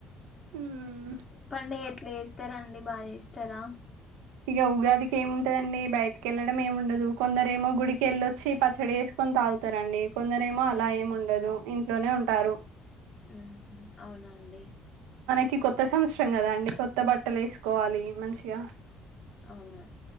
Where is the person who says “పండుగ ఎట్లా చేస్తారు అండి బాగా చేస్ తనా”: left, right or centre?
Left